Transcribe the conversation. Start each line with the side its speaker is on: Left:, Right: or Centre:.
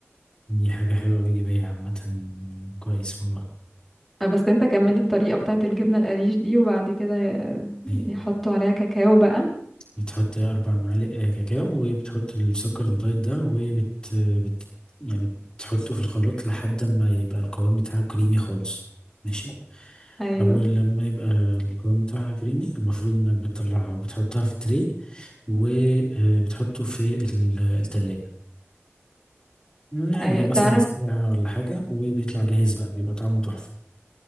Left: دي حاجه حلوه وايجابيه عامه كويس والله
Centre: آه، بس انت كملي الطريقة بتاعة الجبنة القريش دي وبعد كده ي- يحطوا
Left: إيه.
Centre: عليها كاكاو بقى
Left: بتحط أربع معالق آه، كاكاو وبتحط السكر الدايت ده وبت بت يعني تحطه في الخلاط لحد ما يبقى القوام بتاعه كريمي خالص ماشي
Centre: ايوه
Left: أول لما يبقى القوام بتاعها كريمي المفروض إنك بتطلعها وبتحطها في تري وبتحطه في ال- التلاجة يعني
Centre: ايوه
Left: مثلا
Centre: تعرف
Left: ساعة ولا حاجة وبيطلع جاهز بقى بيبقى طعمه تحفة